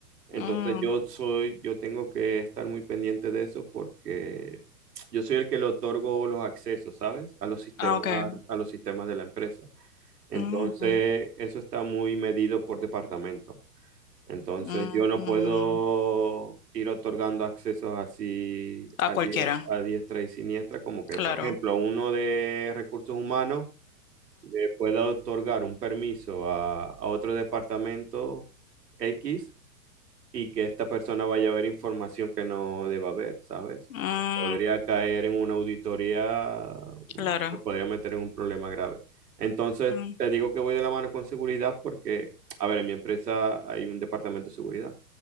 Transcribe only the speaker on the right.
Entonces
yo soy, yo tengo que estar muy pendiente de eso porque yo soy el que le otorgo los accesos, ¿sabes? A los sistemas,
a los sistemas de la empresa. Entonces,
eso está muy medido por departamento. Entonces
yo no puedo ir otorgando accesos así
a,
die- a diestra y siniestra, como que,
por ejemplo, uno de recursos humanos le pueda otorgar un permiso a, a otro departamento X y que esta persona vaya a ver información que no deba ver, ¿sabes?
Podría caer en una auditoría, una-
me podría meter en un problema grave. Entonces,
te digo que voy de la mano con seguridad porque, a ver, en mi empresa hay un departamento de seguridad.